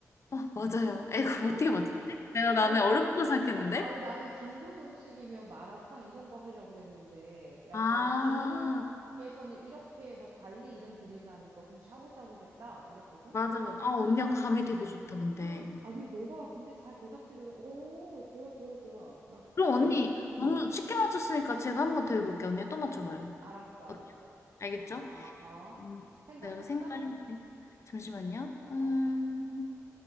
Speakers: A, on the left; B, on the right.
A: 아, 맞아요. 에이,
B: <gasps>
A: 그거
B: 아,
A: 어떻게 맞췄지? 내가
B: 아니,
A: 나는 어렵다고 생각했는데?
B: 아니, 나는 중국 음식이면 마라탕 이런 거 하려고 그랬는데, 약간
A: 아,
B: 중국에서는 이렇게 뭐 달리 이름 불린다니까, 그럼 샤브샤브겠다? 이랬거든?
A: 맞아. 맞아. 아, 언니가 감이
B: 어,
A: 되게 좋다, 근데.
B: 아니, 너가 근데 잘 대답해줘서, 오, 좋아, 좋아, 좋아. 나,
A: 그럼
B: 나,
A: 언니
B: 이-
A: 너무
B: 어,
A: 쉽게 맞췄으니까 제가 한번 더 해볼게요. 언니 또 맞춰봐요.
B: 아, 알았어, 알았어.
A: 어때요? 알겠죠?
B: 아, 어.
A: 음,
B: 생각했어?
A: 내가 생각 해볼게. 잠시만요.
B: 응 어?
A: 음,